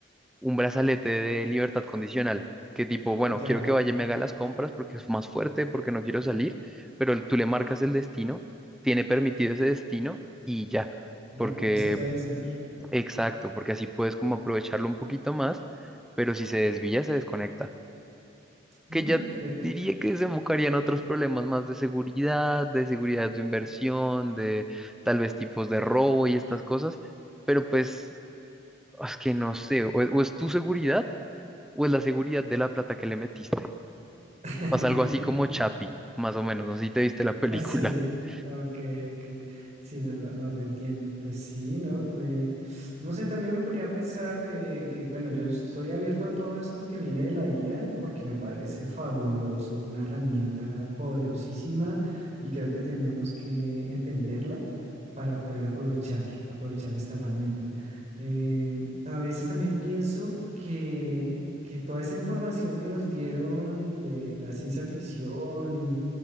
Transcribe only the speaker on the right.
ya,
ya,
no se puede desviar.
Mm,
inter-
<laughs>
Ah, sí,
ok, ok. Sí, no, no, no, te entiendo. Pues sí, no, eh, no sé, también me ponía a pensar eh, que, bueno, yo estoy abierto a todo esto que viene de la IA porque me parece fabuloso, una herramienta poderosísima y creo que tenemos que entenderla para poder aprovechar, aprovechar esta herramienta. Eh, a veces también pienso que, que toda esa información que nos dieron de la ciencia ficción y